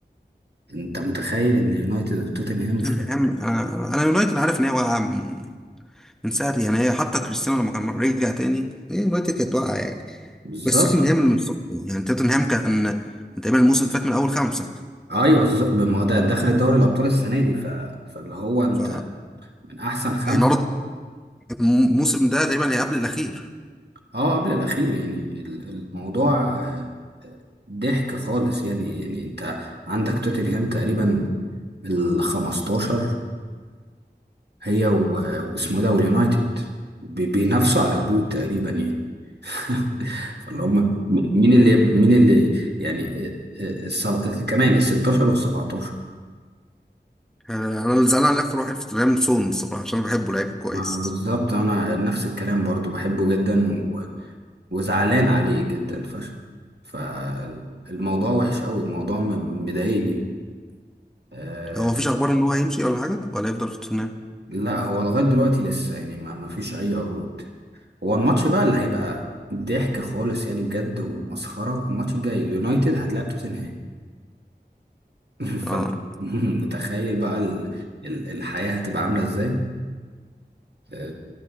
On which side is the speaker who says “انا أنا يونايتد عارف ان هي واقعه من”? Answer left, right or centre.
Centre